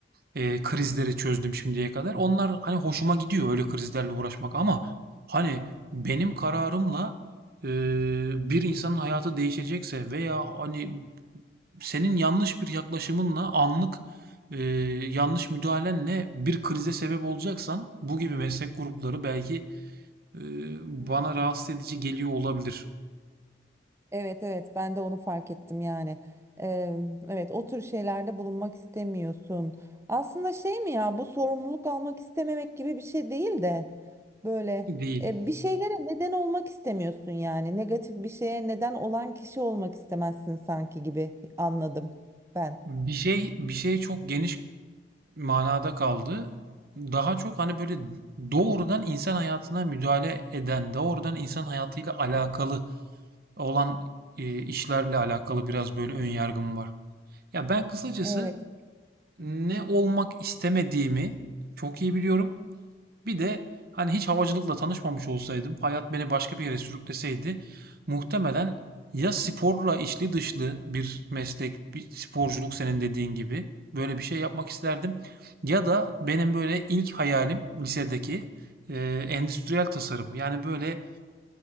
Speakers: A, on the right (about 55°); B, on the right (about 15°).
A: eee, krizleri çözdüm şimdiye kadar. Onlar hani hoşuma gidiyor öyle krizlerle uğraşmak ama hani benim kararımla eee, bir insanın hayatı değişecekse veya hani senin yanlış bir yaklaşımınla anlık e, yanlış müdahalenle bir krize sebep olacaksan bu gibi meslek grupları belki e, bana
B: Hmm.
A: rahatsız edici geliyor olabilir.
B: Evet evet ben de onu fark ettim yani. Eee, evet o tür şeylerde bulunmak istemiyorsun. Aslında şey mi ya bu sorumluluk almak istememek gibi bir şey değil de böyle
A: Değil.
B: e, bir şeylere neden olmak istemiyorsun yani. Negatif bir şeye neden olan kişi olmak istemezsin sanki gibi anladım ben.
A: Bir şey bir şey çok geniş manada kaldı. Daha çok hani böyle doğrudan insan hayatına müdahale eden, doğrudan insan hayatıyla alakalı olan e, işlerle alakalı biraz böyle ön yargım var. Ya ben kısacası
B: Evet.
A: ne olmak istemediğimi çok iyi biliyorum. Bir de hani hiç havacılıkla tanışmamış olsaydım, hayat beni başka bir yere sürükleseydi muhtemelen ya sporla içli dışlı bir meslek, bir sporculuk senin dediğin gibi böyle bir şey yapmak isterdim. Ya da benim böyle ilk hayalim lisedeki e, endüstriyel tasarım. Yani böyle